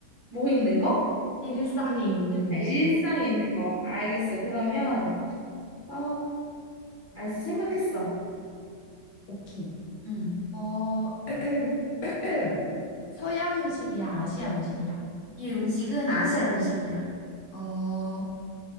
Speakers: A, on the right (about 40°); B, on the left (about 75°).
A: 뭐 있는 거?
B: 일상에 있는 음식.
A: 아, 일상에 있는 거. 알겠어. 그러면, 어, 알았어. 생각했어.
B: 오키.
A: 음.
B: 어, <clears throat> 서양 음식이야? 아시아 음식이야?
A: 이 음식은 아시아 음식이야.
B: 어,